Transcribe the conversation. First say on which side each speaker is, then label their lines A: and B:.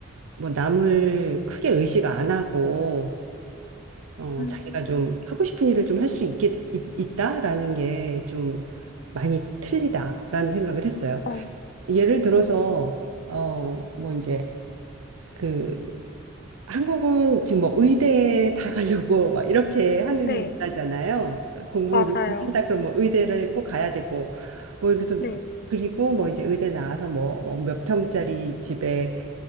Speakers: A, on the right; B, on the left.
A: 뭐 남을 크게 의식 안 하고 어
B: 음.
A: 자기가 좀 하고 싶은 일을 좀 할 수 있게 있- 있다라는 게 좀 많이 틀리다라는 생각을 했어요.
B: 어.
A: 예를 들어서
B: 어.
A: 어 뭐 이제 그 한국은 지금 뭐 의대에 다 가려고 막 이렇게 하는
B: 네.
A: 나라잖아요. 공부를
B: 맞아요.
A: 좀 한다 그러면 뭐 의대를 꼭 가야 되고 뭐 이래서
B: 네.
A: 그리고 뭐 이제 의대 나와서 뭐 뭐 몇 평짜리 집에